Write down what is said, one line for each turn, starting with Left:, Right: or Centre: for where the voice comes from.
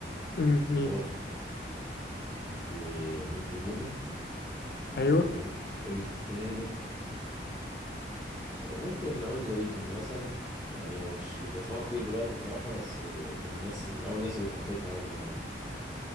Left: امم مين
Centre: هو ت- ومترو بومن
Left: ايوه
Centre: وممكن اقول التالت ممكن اقول ذا ويكند مثلا يعني هو مش مش بسمعه كتير دلوقتي بصراحة بس من الناس من اول الناس اللي حبيتها يعني زمان